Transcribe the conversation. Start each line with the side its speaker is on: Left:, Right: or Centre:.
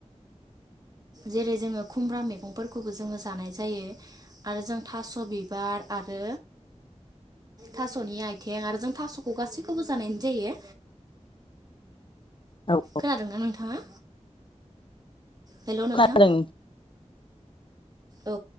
Right: जेरै जोङो खुमब्रा मैगंफोरखौबो जोङो जानाय जायो आरो जों थास' बिबार आरो थास'नि आथिं आरो जों थास'खौ गासैखौबो जानाय जायो
Left: औ औ
Right: खोनादोंना नोंथाङा हेल' नोंथां
Left: खा <unintelligible> दों
Right: औ